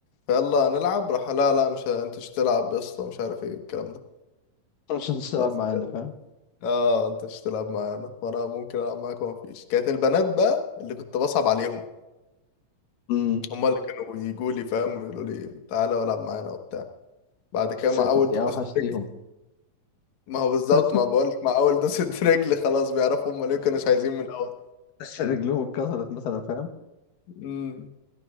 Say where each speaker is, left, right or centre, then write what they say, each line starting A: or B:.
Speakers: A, on the left; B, on the left.
A: فيلا نلعب راح لا لا مش ه- انت مش تلعب يا اسطى مش عارف ايه الكلام ده
B: <laughs> مش هتلعب
A: بس
B: معانا فاهم
A: اه انت مش تلعب معانا وانا ممكن العب معاك وما فيش كانت البنات بقى اللي كنت بصعب عليهم
B: امم
A: هما اللي كانوا يجوا لي فاهم يقولوا لي تعالى والعب معانا وبتاع بعد كده
B: يا ساتر
A: مع اول
B: دي
A: دوسة
B: اوحش
A: رجل
B: ليهم
A: ما هو بالظبط
B: <laughs>
A: ما بقول لك، مع اول دوسة <laughs> رجل خلاص بيعرفوا هما ليه كانوا مش عايزين من الاول
B: رجلهم اتكسرت مثلا فاهم
A: <laughs>